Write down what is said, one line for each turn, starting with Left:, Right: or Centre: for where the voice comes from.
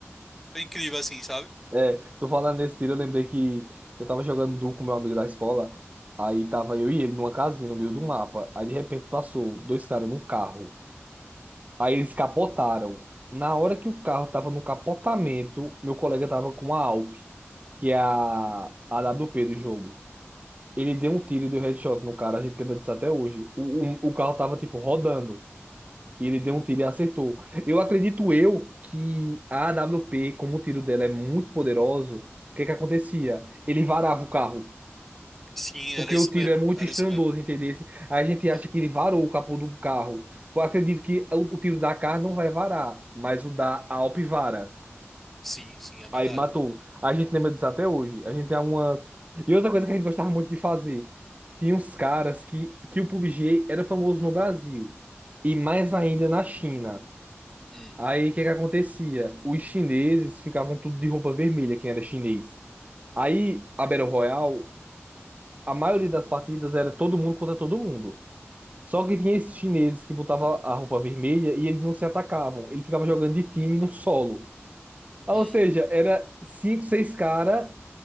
Centre: Foi incrível assim, sabe?
Right: É, tô falando nesse tiro, eu lembrei que eu tava jogando duo com meu amigo da escola. Aí tava eu e ele numa casinha no meio do mapa. Aí de repente passou dois caras num carro. Aí eles capotaram. Na hora que o carro tava no capotamento, meu colega tava com a Alp, que é a, a AWP do jogo. Ele deu um tiro e deu headshot no cara, a gente lembra disso até hoje. O, o, o carro tava tipo rodando. E ele deu um tiro e acertou. Eu acredito eu que a A W P como o tiro dela é muito poderoso, o que que acontecia? Ele varava o carro,
Centre: Sim,
Right: porque
Centre: era isso
Right: o tiro
Centre: mesmo.
Right: é muito
Centre: Era
Right: estrondoso,
Centre: isso mesmo.
Right: entendeu? Aí a gente
Centre: Aham.
Right: acha que ele varou o capô do carro. Eu acredito que o, o tiro da AK não vai varar, mas o da Alp vara.
Centre: Sim, sim, é verdade.
Right: Aí matou. A gente lembra disso até hoje. A gente tem algumas... E outra coisa que a gente gostava muito de fazer. Tinha uns caras que, que o PUBG era famoso no Brasil. E mais ainda na China.
Centre: Hum.
Right: Aí o que que acontecia? Os chineses ficavam tudo de roupa vermelha, quem era chinês. Aí a Battle Royale, a maioria das partidas era todo mundo contra todo mundo. Só que tinha esses chineses que botavam a roupa vermelha e eles não se atacavam. Eles ficavam jogando de time no solo. Ah,
Centre: Hum.
Right: Ou seja, era cinco, seis caras